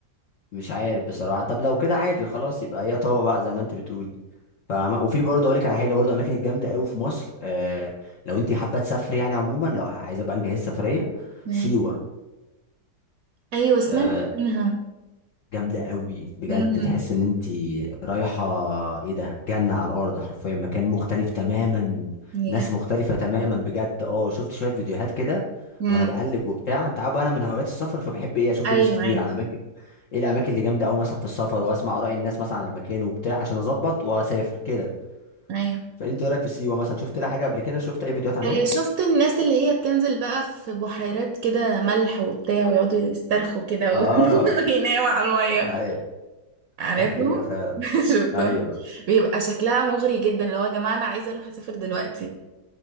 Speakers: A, on the left; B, on the right.
A: مش عارف بصراحة طب لو كده عادي خلاص يبقى هي طابة بقى زي ما انت بتقولي فما وفي برضه اقول لك على حاجة برضه اماكن الجامدة قوي في مصر آه لو انت حابة تسافري يعني عموما لو عايزة بقى نجهز سفرية
B: أي-
A: سيوة
B: ايوه سمعت
A: آه
B: عنها
A: جامدة قوي بجد
B: امم
A: تحس ان انت رايحة ايه ده جنة على الارض حرفيا مكان مختلف تماما
B: بجد
A: ناس مختلفة تماما بجد اه شفت شوية فيديوهات كده
B: امم
A: وانا بقلب وبتاع انت عارف بقى انا من هوايات السفر فبحب ايه اشوف
B: ايوه
A: فيديوز كتير
B: ايوه
A: عن اماكن ايه الاماكن اللي جامدة قوي مثلا في السفر واسمع اراء الناس مثلا عن المكان وبتاع عشان اظبط واسافر كده
B: ايوه
A: فانت ايه رايك في سيوة مثلا شفت لها حاجة قبل كده شفت اي فيديوهات عليها
B: آه، شفت الناس اللي هي بتنزل بقى في بحيرات كده ملح وبتاع ويقعدوا يسترخوا كده
A: اه
B: و- <laughs> ويناموا على الميه
A: ايوه
B: عارفه
A: ده حقيقة فعلا
B: <laughs> شفتهم
A: ايوه
B: بيبقى شكلها مغري جدا اللي هو يا جماعه انا عايزه اروح اسافر دلوقتي